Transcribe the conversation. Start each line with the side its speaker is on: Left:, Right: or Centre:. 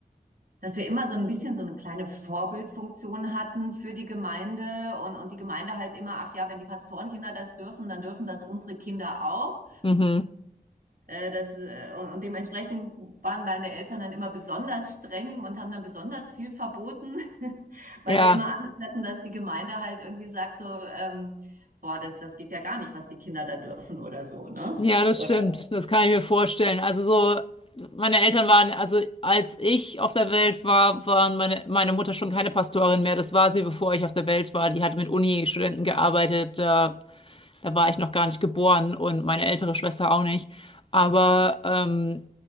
Right: dass wir immer so ein bisschen so eine kleine Vorbildfunktion hatten für die Gemeinde und, und die Gemeinde halt immer, ach ja, wenn die Pastorenkinder das dürfen, dann dürfen das unsere Kinder auch.
Left: Mhm.
Right: Äh, das, äh, und, und dementsprechend waren meine Eltern dann immer besonders streng und haben dann besonders viel verboten, <laughs> weil
Left: Ja,
Right: sie immer Angst hatten, dass die Gemeinde halt irgendwie sagt so, ähm, boah, das, das geht ja gar nicht, was die Kinder da dürfen oder so, ne?
Left: ja, das
Right: Oder,
Left: stimmt. Das kann ich mir vorstellen. Also so, meine Eltern waren, also als ich auf der Welt war, waren meine, meine Mutter schon keine Pastorin mehr. Das war sie, bevor ich auf der Welt war. Die hatte mit Uni-Studenten gearbeitet. Da, da war ich noch gar nicht geboren und meine ältere Schwester auch nicht. Aber ähm,